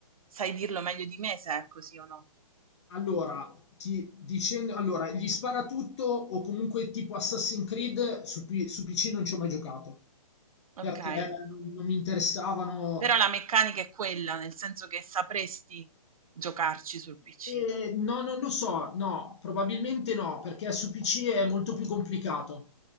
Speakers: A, on the right (about 70°); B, on the left (about 50°).
A: sai dirlo meglio di me se è così o no.
B: Allora, ti, dicendo, allora, gli sparatutto o comunque tipo Assassin's Creed su, P- su PC non ci ho mai giocato,
A: Okay.
B: perché non, non mi interessavano.
A: Però la meccanica è quella, nel senso che sapresti giocarci sul PC.
B: Eh, no, non lo so, no, probabilmente no, perché su PC è molto più complicato.